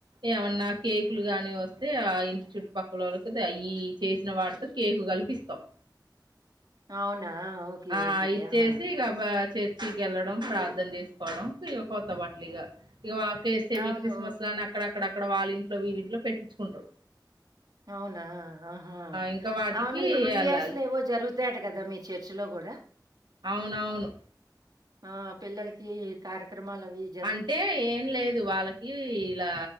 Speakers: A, on the right; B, on the right.
A: ఏమన్నా కేకులు గాని వస్తే ఆ ఇన్స్టిట్యూట్ పక్కలోళ్ళకి అయి చేసిన వాట్ కేకు గలిపి ఇస్తాం
B: అవునా! ఓకే.
A: ఆ
B: ఓకే.
A: ఇచ్చేసి
B: ఆహా!
A: ఇకబా చే వెళ్లడం ప్రార్థన చేసుకోవడం ఇక కొత్త బట్టలు ఇగ ఇక వాకేస్తేమి
B: అవును.
A: క్రిస్మస్ లాని అక్కడ అక్కడక్కడ వాళ్ళ ఇంట్లో, వీళ్ళ ఇంట్లో పెట్టించుకుంటారు.
B: అవునా అహా
A: ఇంక వాటికి
B: అవును ఇవిఎస్
A: యెళ్ళాలి.
B: లే జరుగుతాయంట కదా మీ చర్చిలో కూడా
A: అవును అవును
B: ఆ పిల్లలకి కార్యక్రమాలు అవి
A: అంటే ఏం లేదు వాళ్ళకి ఇలా